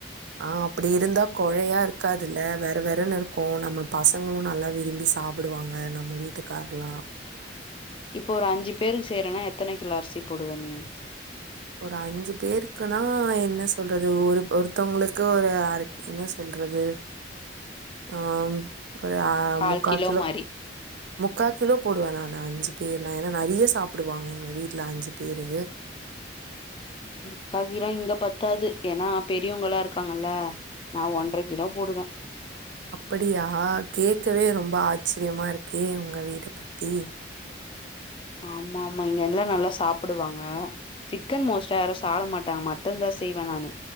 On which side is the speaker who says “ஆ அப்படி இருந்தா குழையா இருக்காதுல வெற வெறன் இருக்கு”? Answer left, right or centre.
Right